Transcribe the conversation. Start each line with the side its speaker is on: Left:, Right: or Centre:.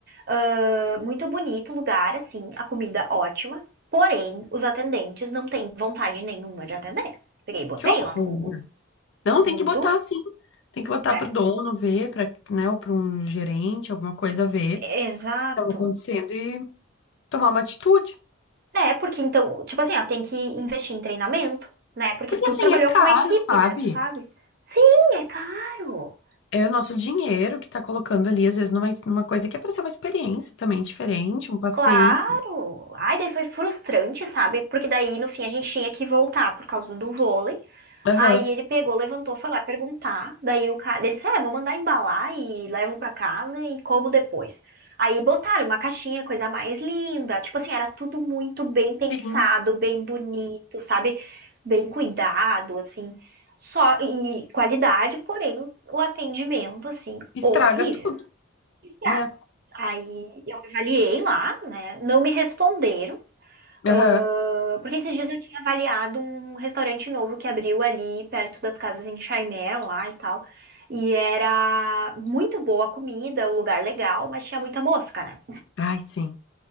Right: Ah, muito bonito o lugar, assim, a comida ótima. Porém, os atendentes não têm vontade nenhuma de atender. Peguei e botei
Left: Que horror.
Right: lá no Google.
Left: Não,
Right: Muito.
Left: tem que botar assim. Tem que botar
Right: É,
Left: pro dono ver, pra, né, ou pra um gerente, alguma coisa ver o
Right: exato.
Left: que tava acontecendo e tomar uma atitude.
Right: É, porque então, tipo assim, ó, tem que investir em treinamento, né? Porque
Left: Porque
Right: tu
Left: assim,
Right: trabalhou
Left: é caro,
Right: com equipe,
Left: sabe?
Right: né? Tu sabe? Sim, é caro.
Left: É o nosso dinheiro que tá colocando ali, às vezes, numa, numa coisa que é pra ser uma experiência também diferente, um passeio.
Right: Claro. Ai, daí foi frustrante, sabe? Porque daí, no fim, a gente tinha que voltar por causa do vôlei.
Left: Aham.
Right: Aí ele pegou, levantou, foi lá perguntar. Daí o cara, ele disse: É, vou mandar embalar e levo pra casa e como depois. Aí botaram uma caixinha, coisa mais linda. Tipo assim, era tudo muito bem pensado,
Left: Sim.
Right: bem bonito, sabe? Bem cuidado, assim. Só e qualidade, porém o atendimento, assim,
Left: Estraga
Right: horrível.
Left: tudo,
Right: Estrago.
Left: né?
Right: Aí eu avaliei lá, né? Não me responderam. Ah,
Left: Aham.
Right: porque esses dias eu tinha avaliado um restaurante novo que abriu ali perto das casas em Chaimel, lá e tal. E era muito boa a comida, um lugar legal, mas tinha muita mosca, né?
Left: Ai, sim.